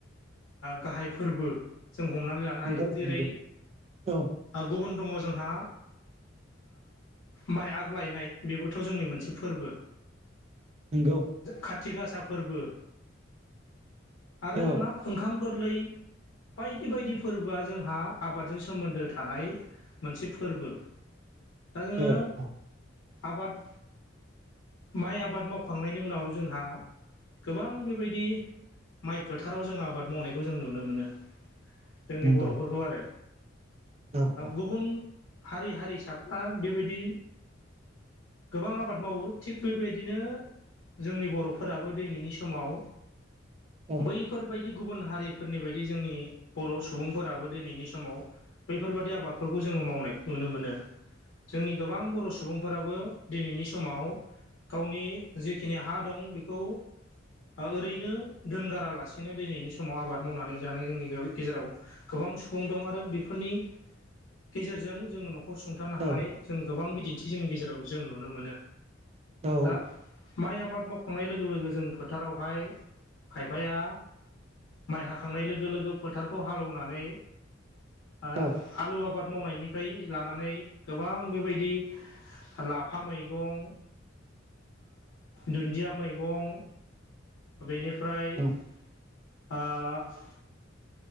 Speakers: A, on the left; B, on the right.
A: गाहाय फोरबो जों हमनानै लानो
B: नंगौ
A: हायो जेरै
B: नंगौ औ
A: गुबुन दङ जोंहा माइ आगु लायनाय बेबोथ' जोंनि मोनसे फोरबो
B: नंगौ
A: खाथि गासा फोरबो आरो
B: औ
A: जोंहा ओंखाम गोरलै बायदि बायदि फोरबोआ जोंहा आबादजों सोमोन्दो थानाय मोनसे फोरबो दा जोङो
B: औ औ
A: आबाद माइ आबाद मावखांनायनि उनाव जोंहा गोबां बेबायदि माइ फोथाराव जों आबाद मावनायखौ जों नुनो मोनो जोंनि
B: नंगौ
A: बर'फोरखौ आरो
B: औ औ
A: गुबुन हारि हारिसाफ्रा बेबायदि गोबां आबाद मावो थिग बेबायदिनो जोंनि बर'फोराबो दिनैनि समाव
B: औ
A: बैफोरबायदि बायदि गुबुन हारिफोरनि बायदि जोंनि बर' सुबुंफोराबो दिनैनि समाव बैफोरबायदि आबादफोरखौ जोङो मावनायखौ नुनो मोनो जोंनि गोबां बर' सुबुंफोराबो। दिनैनि समाव गावनि जेखिनि हा दं बेखौ। ओरैनो दोनगारालासिनो दिनैनि समाव आबाद मावनानै जानाय जोंनि गेजेराव गोबां। गोबां सुबुं दं आरो बेफोरनि गेजेरजों। जोङो न'खर सुंथानो
B: औ
A: हानाय जों गोबां बिदिन्थि जोंनि गेजेराव जों नुनो मोनो।
B: औ
A: दा माइ आबाद मावनाय। खंनाय लोगो लोगो जों फोथारावहाय खायफाया। माइ हाखांनाय लोगो लोगो फोथारखौ हालौवनानै आलु
B: औ
A: आबाद मावनायनि फ्राय लानानै गोबां बेबायदि लाफा मैगं दुन्दिया मैगं बेनिफ्राय
B: नंगौ
A: ओमफ्राय ओ।